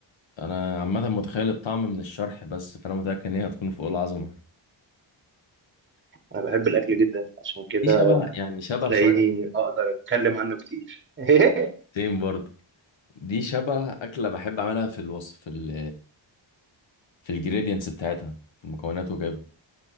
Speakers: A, on the left; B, on the right.
A: انا عامه متخيل الطعم من الشرح بس فانا متاكد ان هي هتكون فوق العظمه
B: أنا بحب الأكل جدا عشان كده
A: دي شبه يعني شبه
B: تلاقيني
A: شوية
B: أقدر أتكلم عنه كتير <laughs>
A: تيم برضه دي شبه أكلة بحب أعملها في الوصف في ال في الجريدينتس بتاعتها في المكونات وكده